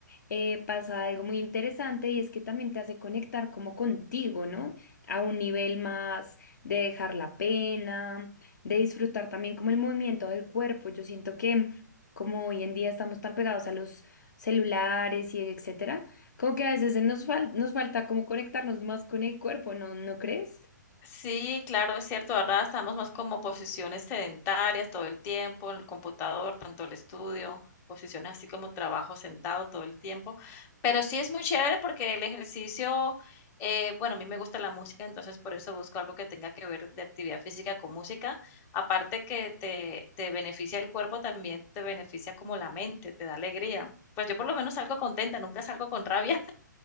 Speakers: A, on the left (about 65°); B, on the left (about 20°).
A: eh, pasa algo muy interesante y es que también te hace conectar como contigo, ¿no? A un nivel más de dejar la pena, de disfrutar también como el movimiento del cuerpo. Yo siento que como hoy en día estamos tan pegados a los celulares y etcétera, como que a veces se nos fal- nos falta como conectarnos más con el cuerpo, ¿no? ¿No crees?
B: Sí, claro, es cierto. Ahora estamos más como posiciones sedentarias todo el tiempo, en el computador, tanto el estudio, posiciones así como trabajo sentado todo el tiempo. Pero sí es muy chévere porque el ejercicio, eh, bueno, a mí me gusta la música, entonces por eso busco algo que tenga que ver de actividad física con música. Aparte que te, te beneficia el cuerpo, también te beneficia como la mente, te da alegría. Pues yo por lo menos salgo contenta, nunca salgo con rabia.